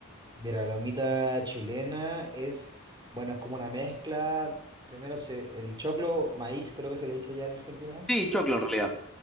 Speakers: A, on the right (about 20°); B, in the centre.
A: Mira, la humita chilena es, bueno, es como una mezcla. Primero se, el choclo, maíz, creo que se le dice allá en Argentina.
B: Sí, choclo en realidad.